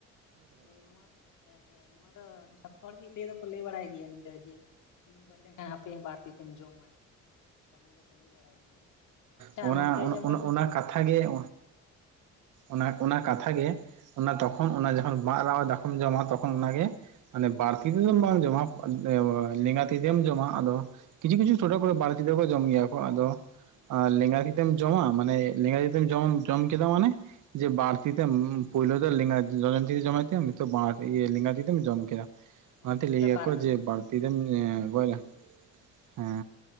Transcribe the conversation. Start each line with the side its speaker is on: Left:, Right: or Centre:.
Left: ᱦᱳᱭ ᱱᱚᱣᱟ ᱫᱚ ᱦᱮᱸ ᱦᱮᱸ ᱱᱚᱣᱟ ᱫᱚ ᱡᱷᱚᱛᱚ ᱦᱚᱲ ᱜᱮ ᱞᱟᱹᱭ ᱫᱚᱠᱚ ᱞᱟᱹᱭ ᱵᱟᱲᱟᱭ ᱜᱮᱭᱟ ᱱᱤᱝᱠᱟᱹ ᱡᱮ ᱤᱧᱤᱧ ᱜᱚᱡ ᱞᱮᱱᱠᱷᱟᱱ ᱦᱟᱯᱮ ᱵᱟᱨ ᱛᱤ ᱛᱮᱢ ᱡᱚᱢᱟ ᱱᱚᱝᱠᱟ ᱞᱟᱹᱭ ᱫᱚ ᱠᱚ ᱞᱟᱹᱭ ᱵᱟᱲᱟᱭ ᱜᱮᱭᱟ ᱾ ᱟᱪᱪᱷᱟ
Right: ᱚᱱᱟ
Left: ᱱᱚᱛᱮ ᱡᱮᱢᱚᱱ
Right: ᱚᱱᱟ ᱠᱟᱛᱷᱟ ᱜᱮ ᱚᱱᱟ ᱚᱱᱟ
Left: ᱞᱟᱹᱭ ᱢᱮ
Right: ᱠᱟᱛᱷᱟ ᱜᱮ ᱚᱱᱟ ᱛᱚᱠᱷᱚᱱ ᱚᱱᱟ ᱡᱚᱠᱷᱚᱱ ᱢᱟᱜ ᱨᱟᱣᱟᱜ ᱫᱟᱠᱟᱢ ᱡᱚᱢᱟ ᱛᱚᱠᱷᱚᱱ ᱚᱱᱟ ᱜᱮ ᱢᱟᱱᱮ ᱵᱟᱹᱨᱛᱤ ᱛᱮᱫᱚ ᱵᱟᱢ ᱡᱚᱢᱟ ᱞᱮᱸᱜᱟ ᱛᱤ ᱛᱮᱜᱮᱢ ᱡᱚᱢᱟ ᱟᱫᱚ ᱠᱤᱪᱷᱩ ᱠᱤᱪᱷᱩ ᱴᱚᱴᱷᱟ ᱠᱚᱨᱮ ᱵᱟᱨᱛᱤ ᱛᱮᱜᱮ ᱠᱚ ᱡᱚᱢ ᱜᱮᱭᱟ ᱠᱚ ᱟᱫᱚ ᱟᱨ ᱞᱮᱸᱜᱟ ᱛᱤ ᱛᱮᱢ ᱡᱚᱢᱟ ᱢᱟᱱᱮ ᱞᱮᱸᱜᱟ ᱛᱤ ᱛᱮᱢ ᱡᱚᱢᱟᱢ ᱡᱚᱢ ᱠᱮᱫᱟ ᱢᱟᱱᱮ ᱡᱮ ᱵᱟᱨ ᱛᱤ ᱛᱮᱢ ᱯᱚᱭᱞᱳ ᱫᱚ ᱞᱮᱜᱟ ᱡᱚᱡᱚᱢ ᱛᱤ ᱛᱮ ᱡᱚᱢᱮᱜ ᱛᱤᱜ ᱮᱢ ᱱᱤᱛᱚᱜ ᱵᱟᱨ ᱛᱤ ᱜᱮ ᱞᱮᱜᱟ ᱛᱤ ᱛᱮᱢ ᱡᱚᱢ ᱠᱮᱫᱟ
Left: ᱦᱳᱭ
Right: ᱚᱱᱟ
Left: ᱛᱟᱦᱚᱞᱮ
Right: ᱛᱮ ᱞᱟᱹᱭᱭᱟᱠᱚ
Left: ᱵᱟᱨᱛᱤ
Right: ᱡᱮ
Left: ᱛᱮᱜᱮ
Right: ᱵᱟᱹᱲᱛᱤ
Left: ᱦᱮᱸ
Right: ᱨᱮᱢ ᱜᱚᱡ ᱡᱟ ᱦᱮᱸ